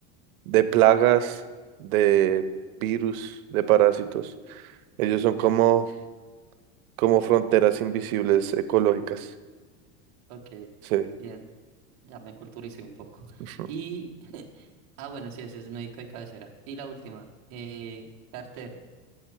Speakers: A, on the right; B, on the right.
A: de plagas, de virus, de parásitos. Ellos son
B: Ya,
A: como, como fronteras invisibles ecológicas.
B: ok,
A: Sí.
B: bien. Ya me culturicé un poco.
A: Ujú.
B: Y, <laughs> ah, bueno, sí, ese es médico de cabecera. Y la última, eh, cartero,